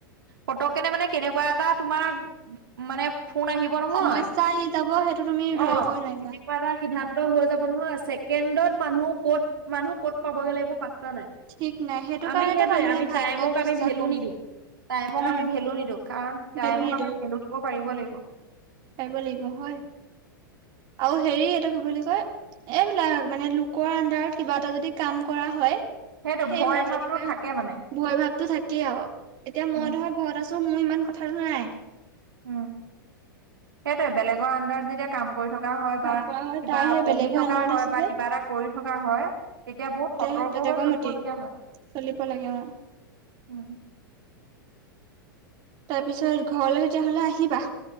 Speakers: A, on the right (about 75°); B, on the right (about 40°).
A: পতককেনে মানে কেনেকুৱা এটা তোমাৰ মানে ফোন আহি হৱ নহয়
B: সমস্যা আহি যাব সেইটো তুমি ধৰিবই
A: অ
B: নোৱাৰিবা।
A: এনেকুৱা এটা সিদ্ধান্ত হৈ যাব নহয় ছেকেণ্ডত মানুহ ক'ত মানুহ ক'ত পাবগৈ লাগিব পাত্তা নাই
B: ঠিক নাই সেইটো কাৰণেতো
A: আমি সেইটোয়ে
B: মানুহে
A: আমি
B: ভাগ্যক
A: টাইমক
B: বিশ্বাস
A: আমি ভেলু
B: কৰো
A: নিদো টাইমক
B: উম
A: আমি ভেলু নিদো কাৰণ টাইমক
B: ভেলু নিদিওঁ
A: আমি ভেলু দিব পাৰিব লাগিব
B: পাৰিব লাগিব হয় আৰু হেৰি এইটো কি বুলি কয় এইবিলাক মানে লোকৰ আন্ডাৰত কিবা এটা যদি কাম কৰা হয়
A: সেইটো
B: সেই
A: ভয়
B: মানে
A: ভাৱটো
B: তেনেকোৱাই
A: থাকে
B: হৈছে।
A: মানে
B: ভয় ভাৱতো থাকেই আৰু এতিয়া মই
A: উম
B: ধৰা ঘৰত আছো মোৰ ইমান কথাটো নাই।
A: উম, সেইটোয়ে বেলেগৰ আণ্ডাৰত যেতিয়া কাম কৰি থকা হয়
B: কাম
A: বা
B: কৰা হয়
A: কিবা
B: তাই সেই
A: পঢ়ি
B: বেলেগৰ
A: থকা
B: আণ্ডাৰত
A: হয়
B: আছে
A: বা
B: যে
A: কিবা এটা কৰি থকা হয় তেতিয়া বহুত সতৰ্ক
B: সেই বেলেগৰ
A: হৈ চলিবলগীয়া
B: মতেই
A: হয়।
B: চলিব লাগে অ।
A: উম।
B: তাৰ পিছত ঘৰলৈ তেতিয়াহ'লে আহিবা?